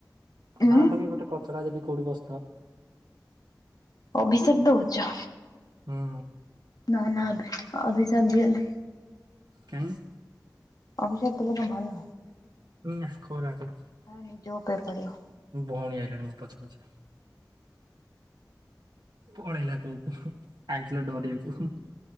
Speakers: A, on the left (about 60°); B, on the right (about 75°).
A: ଉଁ
B: ଖାଆନ୍ତ କି ଗୋଟେ କଚଡା ଯଦି କୋଉଠି ବସିଥାଅ।
A: ଅଭିଶାପ ଦୋଉଚ।
B: ହୁଁ
A: ନା ନା ଅଭି-ଅଭିଶାପ ଦିଅନାହିଁ।
B: କାଇଁ?
A: ଅଭିଷାପ ଦେଲ କଣ ଭଲ।
B: ନାଃ ଖରା ପଡିଚି।
A: ଆ ନିଜ ଉପରେ ପଡିବ।
B: ମୋ ଭୋଉଣୀ ଆଇଲାଣି ମୋ ପଛେ ପଛେ। ପଳେଇଲା କୋହୁ କୋହୁ ଆଇଥିଲା ଡରେଇବାକୁ ହୁଁ।